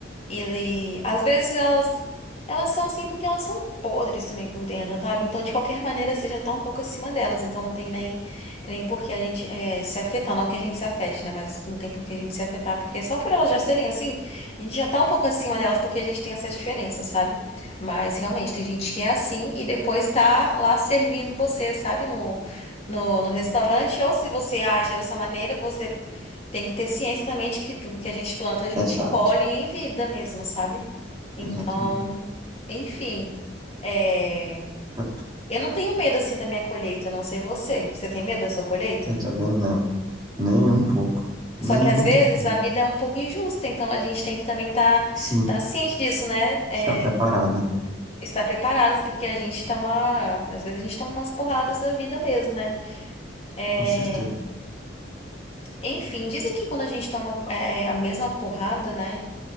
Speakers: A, on the left; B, on the right.
A: E às vezes elas elas são assim porque elas são podres também por dentro, sabe? Então, de qualquer maneira, você já tá um pouco acima delas. Então, não tem nem, nem por que a gente eh, se afetar. Não que a gente se afete, né? Mas não tem por que a gente se afetar. Porque só por elas já serem assim, a gente já tá um pouco acima delas porque a gente tem essas diferenças, sabe? Mas realmente, tem gente que é assim e depois tá lá servindo você, sabe? No, no, no restaurante. Ou se você age dessa maneira, você tem que ter ciência também de que tudo que a gente planta, a gente
B: Exato,
A: colhe em vida mesmo, sabe? Então,
B: exatamente.
A: enfim. é,
B: Eu,
A: Eu não tenho medo assim da minha colheita, não sei você. Você tem medo da sua colheita?
B: eu também não. Nem um pouco. Nenhum
A: Só que às vezes
B: tipo.
A: a vida é um pouco injusta, então a gente tem que também estar
B: Sim,
A: tá, tá ciente disso, né? É,
B: está preparada.
A: estar preparados, porque a gente toma. Às vezes a gente toma umas porradas da vida mesmo, né? É,
B: Com certeza,
A: Enfim, dizem que quando a gente toma é, a mesma porrada, né?